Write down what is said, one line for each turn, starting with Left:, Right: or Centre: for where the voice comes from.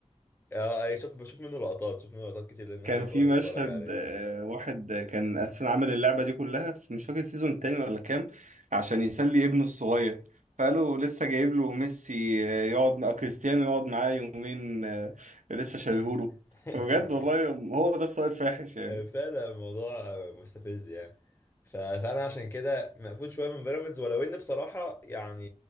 Left: اه أي شوف بشوف منه لقطات شوف منه لقطات كتير لان
Right: كان
Left: اخويا الصغير
Right: في مشهد
Left: بيتفرج عليه
Right: آه، واحد آه، كان اساسا عامل اللعبه دي كلها في مش فاكر السيزون التاني ولا كام عشان يسلي ابنه الصغير فقالوا لسه جايب له ميسي آه، يقعد مع كريستيانو يقعد معاه يومين آه، لسه شايهوله
Left: <laughs>
Right: بجد والله هو ده السؤال الفاحش يعني
Left: آه، فعلا الموضوع مستفز يعني ف- فانا عشان كده مقفول شويه من بيراميدز ولو ان بصراحه يعني